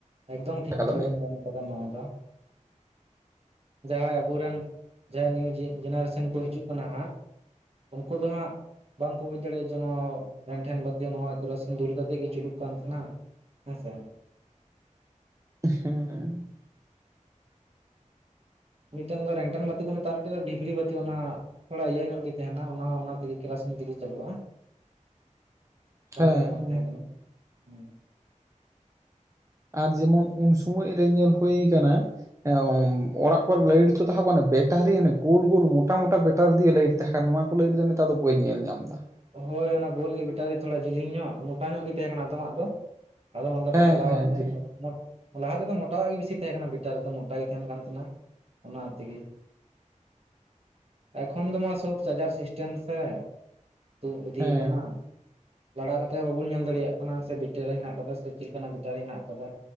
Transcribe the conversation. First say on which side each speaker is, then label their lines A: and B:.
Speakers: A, on the right (about 50°); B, on the right (about 25°).
A: ᱮᱠᱫᱚᱢ ᱴᱷᱤᱠ
B: ᱟᱠᱟᱫᱟ
A: ᱠᱟᱛᱷᱟ
B: ᱢᱮᱫ
A: ᱵᱮᱱ ᱢᱮᱱ ᱠᱟᱫᱟ ᱱᱚᱣᱟ ᱫᱚ ᱡᱟᱦᱟᱸᱭ ᱟᱵᱚᱨᱮᱱ ᱡᱟᱦᱟᱸᱭ ᱱᱤᱭᱩ ᱡᱮᱱᱟᱨᱮᱥᱚᱱ ᱠᱚ ᱦᱤᱡᱩᱜ ᱠᱟᱱᱟ ᱦᱟᱸᱜ ᱩᱱᱠᱩ ᱫᱚ ᱦᱟᱸᱜ ᱵᱟᱝᱠᱚ ᱵᱩᱡ ᱫᱟᱲᱮᱭᱟᱜᱼᱟ ᱡᱮ ᱱᱚᱣᱟ ᱨᱮᱱ ᱞᱮᱱᱴᱷᱮᱱ ᱵᱟᱹᱛᱤ ᱱᱚᱣᱟ ᱠᱮᱨᱟᱥᱤᱱ ᱫᱩᱞ ᱠᱟᱛᱮᱫ ᱜᱮ ᱡᱩᱞᱩᱜ ᱠᱟᱱᱟ ᱛᱟᱦᱮᱸ ᱱᱟ ᱦᱮᱸ ᱥᱮ
B: ᱦᱮᱸ <inaudible>
A: ᱢᱤᱫᱴᱟᱝ ᱫᱚ ᱨᱮᱱᱴᱚᱱ ᱵᱟᱛᱤ ᱠᱚ ᱢᱮᱛᱟᱜᱼᱟ ᱢᱤᱫᱴᱤᱡ ᱫᱚ ᱰᱤᱵᱨᱤ ᱵᱟᱹᱛᱤ ᱚᱱᱟ ᱛᱷᱚᱲᱟ ᱤᱭᱟᱹ ᱧᱚᱜ ᱜᱤ ᱛᱮᱦᱮᱱᱟ ᱚᱱᱟ ᱦᱚᱸ ᱚᱱᱟ ᱛᱤᱜᱤ ᱠᱮᱨᱟᱥᱤᱱ ᱛᱤᱜᱤ ᱪᱟᱹᱞᱩᱜᱼᱟ᱾
B: <inaudible>
A: ᱵᱟᱨ ᱨᱚᱠᱚᱢᱟᱜ
B: ᱦᱮᱸ
A: ᱛᱮᱦᱮᱸ ᱠᱟᱱᱟ ᱦᱩᱸ
B: ᱟᱨ ᱡᱮᱢᱚᱱ ᱩᱱ ᱥᱚᱢᱳᱭ ᱨᱮ ᱧᱮᱞ ᱦᱳᱭ ᱠᱟᱱᱟ ᱮᱸ ᱚᱲᱟᱜ ᱠᱚ ᱞᱟᱹᱭᱤᱴ ᱫᱚ ᱛᱟᱦᱮᱸ ᱠᱟᱱᱟ ᱵᱮᱴᱟᱨᱤ ᱚᱱᱮ ᱜᱳᱞ ᱜᱳᱞ ᱢᱚᱴᱟ ᱢᱚᱴᱟ ᱵᱮᱴᱟᱨᱤ ᱫᱤᱭᱮ ᱞᱟᱹᱭᱤᱴ ᱛᱟᱦᱮᱸ ᱠᱟᱱᱟ ᱱᱚᱣᱟ ᱠᱚ ᱞᱟᱹᱭᱤᱴ ᱫᱚ ᱱᱮᱛᱟᱨ ᱫᱚ ᱵᱟᱹᱧ ᱧᱮᱞ ᱧᱟᱢ ᱫᱟ᱾
A: ᱦᱳᱭ ᱚᱱᱟ ᱜᱳᱞ ᱜᱤ ᱵᱮᱴᱟᱨᱤ ᱛᱷᱚᱲᱟ ᱡᱤᱞᱤᱧ ᱧᱚᱜ ᱢᱚᱴᱟ ᱧᱚᱜ ᱜᱤ ᱛᱮᱦᱮᱸ ᱠᱟᱱᱟ ᱛᱚ ᱟᱢᱟᱜ ᱫᱚ ᱟᱫᱚ ᱚᱱᱟ ᱫᱚ
B: ᱦᱮᱸ
A: ᱯᱟᱛᱞᱟᱣᱟᱜ
B: ᱦᱮᱸ
A: ᱛᱮᱦᱮᱸ
B: ᱡᱮᱞᱮᱧ
A: ᱠᱟᱱᱟ ᱛᱚ ᱢᱳᱴ ᱞᱟᱦᱟ ᱛᱮᱫᱚ ᱢᱚᱴᱟᱣᱟᱜ ᱜᱤ ᱵᱤᱥᱤ ᱛᱮᱦᱮᱸ ᱠᱟᱱᱟ ᱵᱮᱴᱟᱹᱨᱤ ᱫᱚ ᱢᱚᱴᱟ ᱜᱤ ᱛᱮᱦᱮᱱ ᱠᱟᱱ ᱛᱮᱦᱮᱱᱟ᱾ ᱚᱱᱟ ᱛᱤᱜᱤ ᱮᱠᱷᱚᱱ ᱫᱚᱢᱟ ᱥᱳᱵ ᱥᱟᱡᱟᱨ ᱥᱤᱥᱴᱮᱢ ᱥᱮᱸ᱾ ᱛᱩᱜ ᱤᱫᱤᱭᱩᱣᱟᱹ
B: ᱦᱮᱸ
A: ᱠᱟᱱᱟ᱾ ᱞᱟᱲᱟ ᱠᱟᱛᱮᱜ ᱦᱚᱸ ᱵᱟᱵᱩᱱ ᱧᱮᱞ ᱫᱟᱲᱮᱭᱟᱜ ᱠᱟᱱᱟ ᱥᱮ ᱵᱮᱴᱟᱹᱨᱤ ᱦᱮᱱᱟᱜ ᱠᱟᱫᱟ ᱥᱮ ᱪᱮᱜ ᱠᱟᱱᱟᱜ ᱵᱮᱴᱟᱹᱨᱤ ᱦᱮᱱᱟᱜ ᱠᱟᱫᱟ᱾